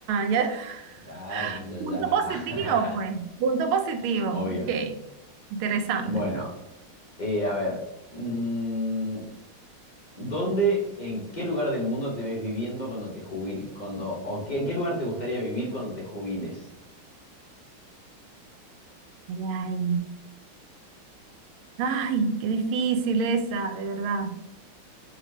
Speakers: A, on the right; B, on the left.
A: ya.
B: Ya,
A: <laughs>
B: ya,
A: Punto
B: ya, ya.
A: positivo, pues. Punto positivo.
B: <laughs> Obvio.
A: Ok. Interesante.
B: Bueno, eh, a ver. mm, ¿dónde, en qué lugar del mundo te ves viviendo cuando te jubiles? Cuando, o qué- ¿en qué lugar te gustaría vivir cuando te jubiles?
A: Ay, ay, qué difícil esa, de verdad.